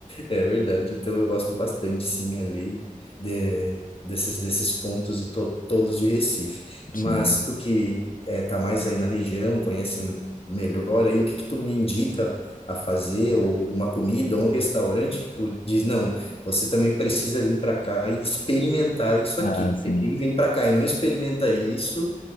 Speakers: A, on the left; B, on the left.
A: É verdade. Então eu gosto bastante, sim, ali de- desses, desses pontos e to- todos de Recife.
B: Sim.
A: Mas tu que eh, tá mais aí na região, conhece melhor aí, o que que tu me indica a fazer, ou uma comida, ou um restaurante que tu diz, não, você também precisa vir para cá e experimentar isso
B: Ah,
A: aqui,
B: sim.
A: porque quem vem para cá e não experimenta isso,